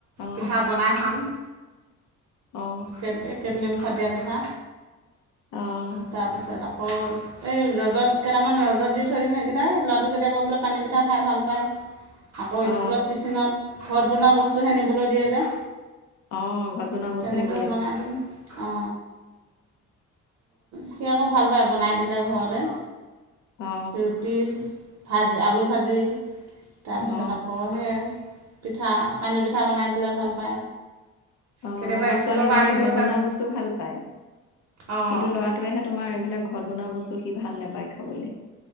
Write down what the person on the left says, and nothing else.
অ
অ
অহ
অ
অ ঘৰত বনোৱা বস্তু
নি
অ অ
অ
অ
আমাৰ
ছোৱালীজনীয়ে
ঘৰত
বনোৱা বস্তু ভাল পায় কিন্তু
লৰাটোৱেহে তোমা আমাৰ এইবিলাক ঘৰত বনোৱা বস্তু সি ভাল নোপায় খাবলৈ